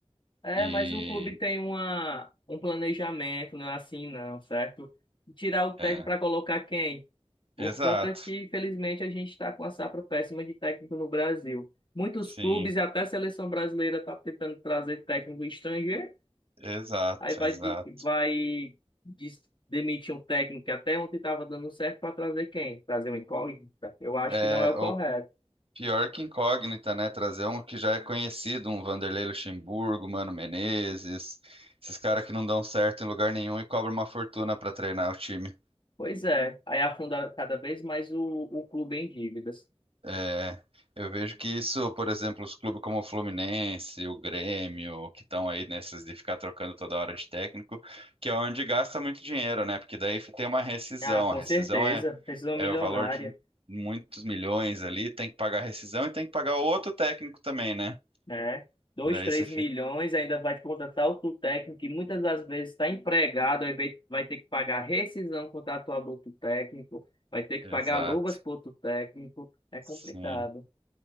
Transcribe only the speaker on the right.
E
é,
exato,
sim,
exato,
exato.
É,
ou
pior que incógnita, né? Trazer um que já é conhecido, um Vanderlei Luxemburgo, Mano Menezes, esses caras que não dão certo em lugar nenhum e cobram uma fortuna pra treinar o time.
É, eu vejo que isso, por exemplo, os clubes como o Fluminense, o Grêmio, que estão aí nessas de ficar trocando toda hora de técnico, que é onde gasta muito dinheiro, né? Porque daí tem uma rescisão.
A rescisão
é,
é
o valor de muitos milhões ali, tem que pagar a rescisão e tem que pagar o outro técnico também, né?
Daí
você fica.
Exato.
Sim,